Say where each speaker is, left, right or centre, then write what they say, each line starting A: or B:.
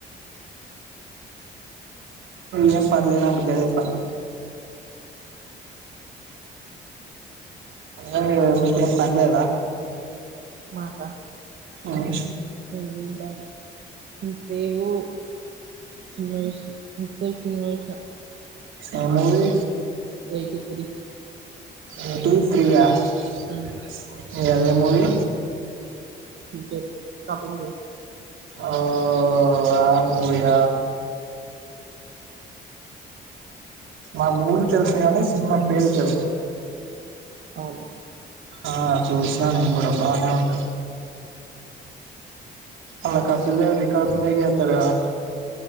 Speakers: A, on the right (about 80°); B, on the right (about 60°).
A: ఏం పని లేనప్పుడు, గదే పని అ మీకేం పనిలేదా
B: మాకా
A: ఆవు
B: ఇ పండి ఇ సేవమాష <unintelligible> ఇంతసేపు సినిమా చూశా
A: ఎం మూవీ
B: ఎయిటీ త్రీ
A: ఏయిటీ త్రీయా <unintelligible>
B: ఉమ్
A: అదే మూవిీ
B: క్రికెట్ కపిల్దేవ్
A: ఓహ్ ఆ మూవీయ ఆ మూవీ తెలుసు కానీ సినిమా పేరు తెల్వదు
B: అవును
A: ఆ చూసా నేను కూడా బానే ఉంటది. అలా కపిల్దేవరేకర్డ్ బ్రేక్ చేస్తాడు కదా